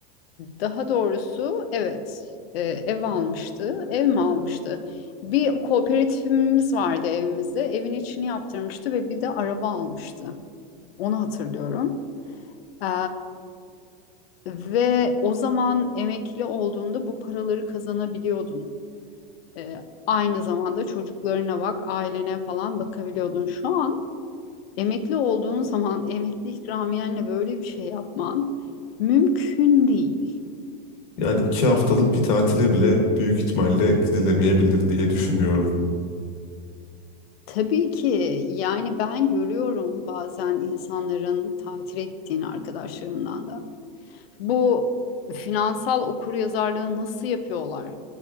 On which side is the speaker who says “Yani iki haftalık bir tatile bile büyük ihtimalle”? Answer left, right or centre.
Left